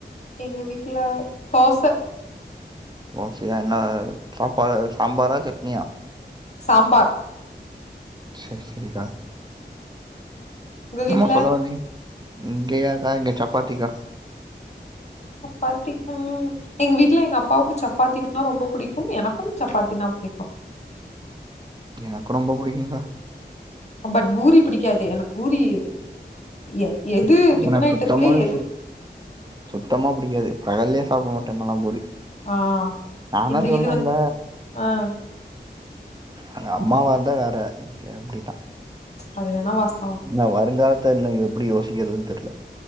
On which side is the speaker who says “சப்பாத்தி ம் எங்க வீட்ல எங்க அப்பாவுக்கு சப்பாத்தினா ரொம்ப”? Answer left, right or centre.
Left